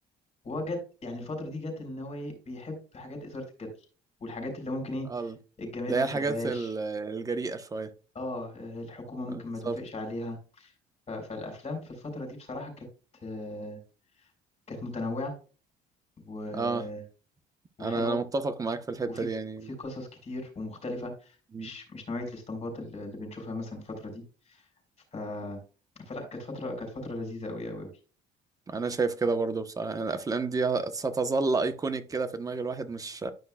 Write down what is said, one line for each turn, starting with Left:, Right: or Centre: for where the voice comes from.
Left: وهو جت يعني الفترة دي جت ان هو ايه بيحب حاجات إثارة الجدل والحاجات اللي ممكن ايه
Right: اه
Left: الجماهير
Right: اللي
Left: ما
Right: هي
Left: تحبهاش
Right: الحاجات ال- الجريئة شوية
Left: اه الحكومة ممكن
Right: بالظبط
Left: ما توافقش عليها ف- فالأفلام في الفترة دي بصراحة كانت آه، كانت متنوعة و-
Right: اه
Left: وحلوة
Right: انا أنا متفق معاك في الحتة
Left: وفي
Right: دي يعني
Left: في قصص كتير ومختلفة
Right: م.
Left: مش مش نوعية الاستنباط اللي اللي بنشوفها مثلا الفترة دي ف فلا كانت فترة كانت فترة لذيذة أوي أوي أوي
Right: انا شايف كده برضو بصراحة يعني الافلام دي ستظل ايكونيك كده في دماغ الواحد مش